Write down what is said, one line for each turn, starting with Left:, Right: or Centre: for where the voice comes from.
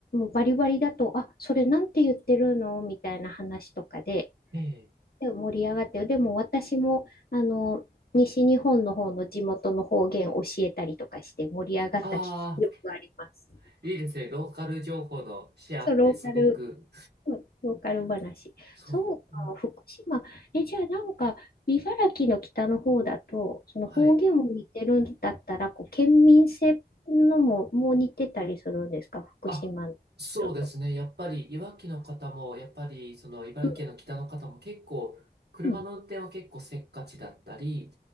Left: うバリバリだと、あ、それなんて言ってるのみたいな話とかで、
Right: ええ。
Left: で盛り上がって、でも私も、あの、西日本の方の地元の方言教えたりとかして盛り上がった記憶があります。
Right: ああ、いいですね。ローカル情報のシェアってすごく、
Left: そう、ローカルうん、ローカル話。
Right: そう。
Left: そうか、
Right: うん
Left: 福島。え、じゃあなんか、茨城の北の方だと、その方言も似てるんだったら、
Right: はい。
Left: こう、県民性のも、もう似てたりするんですか、福島の人と。
Right: あ、そうですね。やっぱり、いわきの方も、やっぱり、その、茨城県の北の方も結構、
Left: う
Right: 車の運転は結構せっかちだったり
Left: ん。